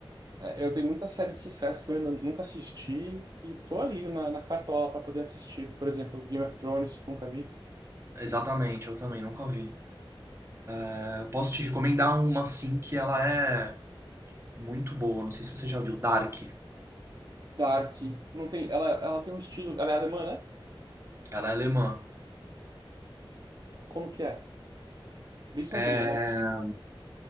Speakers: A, on the right; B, on the right.
A: É, Eu tenho muita série de sucesso que eu ainda nunca assisti e tô ali na, na cartola para poder assistir. Por exemplo, Game of Thrones, nunca vi.
B: Exatamente, eu também nunca vi. Eh, Eu posso te recomendar uma assim que ela é muito boa, não sei se você já viu, Dark.
A: Dark, não tem, ela, ela tem um estilo, ela é alemã, né?
B: Ela é alemã.
A: Como que é? Bem sombria,
B: É,
A: né?